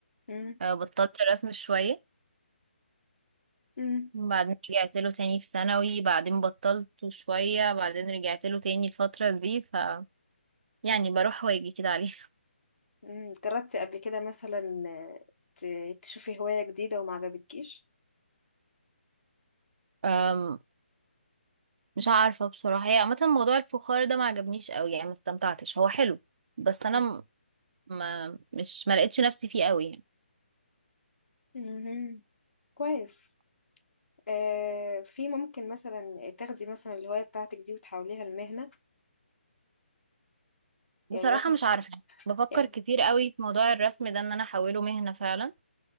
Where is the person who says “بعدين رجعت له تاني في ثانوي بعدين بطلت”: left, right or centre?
Right